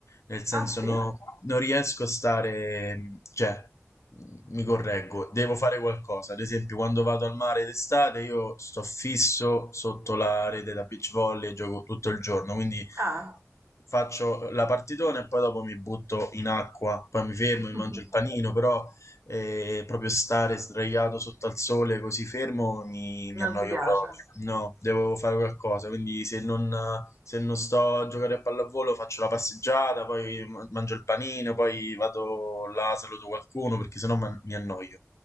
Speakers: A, on the left; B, on the right.
A: nel senso
B: Ah sì?
A: no- non riesco a stare, mm, cioè, mm, mi correggo, devo fare qualcosa. Ad esempio, quando vado al mare d'estate io sto fisso sotto la rete da beach volley e gioco tutto il giorno, quindi
B: Ah,
A: faccio la partitona e poi dopo mi butto in acqua, poi mi fermo,
B: <laughs>
A: mi mangio il panino, però eh, proprio stare sdraiato sotto al sole così fermo mi, mi
B: non
A: annoio
B: ti piace?
A: proprio. No, devo fare qualcosa, quindi se non, se non sto a giocare a pallavolo faccio la passeggiata, poi ma- mangio il panino, poi vado là, saluto qualcuno, perché sennò ma- mi annoio.